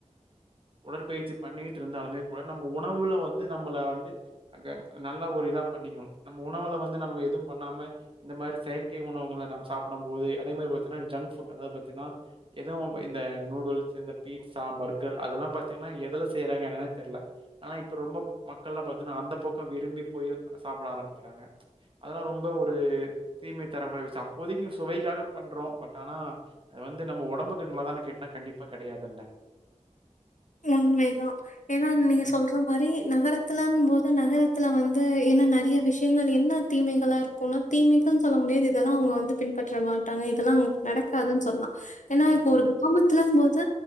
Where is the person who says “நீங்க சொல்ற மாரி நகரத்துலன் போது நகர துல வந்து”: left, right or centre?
Left